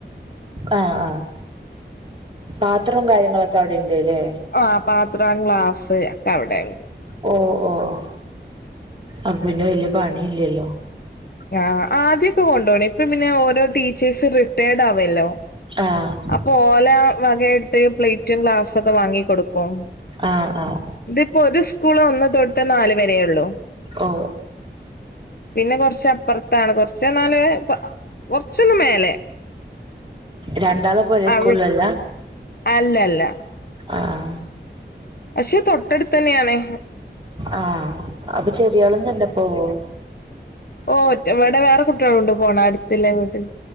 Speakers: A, on the right; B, on the left.
A: ആഹ് ആഹ് പാത്രം കാര്യങ്ങളൊക്കെ അവിടെ ഇ ണ്ട്ല്ലേ
B: ആ പാത്രം ഗ്ലാസ് ഒക്കെ അവിടെ ണ്ട്
A: ഓഹ് ഓഹ് ഒ അപ്പോ പിന്ന വലിയ പണി ഇല്ലല്ലോ
B: ആഹ് ആദ്യൊക്കെ കൊണ്ടോണെ ഇപ്പ പിന്നെ ഓരോ ടീച്ചേഴ്സ് റിട്ടേർടാവല്ലോ
A: ആഹ്
B: അപ്പോല വകായിട്ട് പ്ലേറ്റും ഗ്ലാസൊക്കെ വാങ്ങിക്കൊടുക്കും
A: ആഹ് ആഹ്
B: തിപ്പോ ഒരു സ്കൂള് ഒന്ന് തൊട്ട് നാല് വരേ ഒള്ളൂ
A: ഉവ്വ്
B: പിന്നെകൊർച്ചപ്പർത്താണ് കൊർച്ച് ർഞ്ഞാല് കൊർച്ചൊന്ന് മേലെ
A: രണ്ടാളുപ്പൊരേ
B: അവി
A: സ്കൂൾലല്ല
B: അല്ലല്ല
A: ആഹ്
B: പക്ഷേ തൊട്ടടുത്തന്നേണ്
A: ആഹ് അപ്പൊ ചെറിയാളും തന്നെ പോവോ
B: ഓഹ് ഒറ്റ വെടെ വേറെ കുട്ട്യാളുണ്ട്, പോണ അടുത്തില്ല വീട്ടിൽ